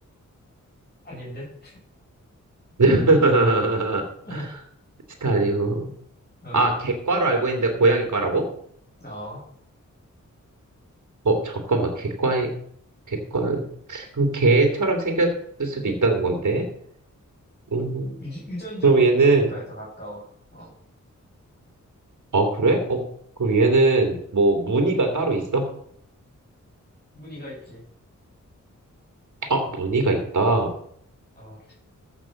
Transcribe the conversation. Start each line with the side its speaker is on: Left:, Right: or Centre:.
Left: 아닌데?
Right: <laughs>
Left: 어,
Right: 치타 아니고.
Left: 어.
Right: 아, 객과로 알고 있는데 고양이과라고?
Left: 어.
Right: 어, 잠깐만, 객과에, 객과, 그럼 개처럼 생겼을 수도 있다는 건데? 음,
Left: 유, 전적으로
Right: 그럼 얘는,
Left: 고양이과에 더 가까워. 어,
Right: 어, 그래? 어, 그럼 얘는 뭐 무늬가 따로 있어?
Left: 무늬가 있지.
Right: 아, 무늬가 있다.
Left: 어,